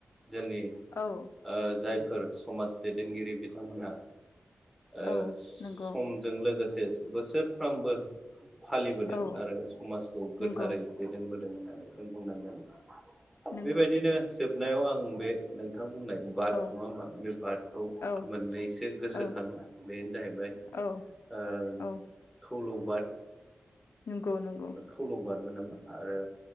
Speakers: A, in the centre; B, on the left.
A: जोंनि
B: औ।
A: ओ जायफोर समाज दैदेनगिरि बिथांमोनहा ओ
B: औ नंगौ
A: सम जों लोगोसे बोसोरफ्रोमबो फालिबोदों
B: औ
A: आरो समाजखौ
B: नंगौ
A: गोथारै दैदेनबोदों होननानै जों बुंनांगोन।
B: नंगौ
A: बेबायदिनो
B: नंगौ
A: जोबनायाव आं बे नोंथां बुंनाय बाद
B: औ
A: नङा होमबा बे बादखौ
B: औ
A: मोननैसो गोसोखाङो
B: औ
A: बेनो जाहैबाय
B: औ
A: ओ
B: औ
A: खौलौ बाद।
B: नंगौ-नंगौ।
A: खौलौ बादबो नामा आरो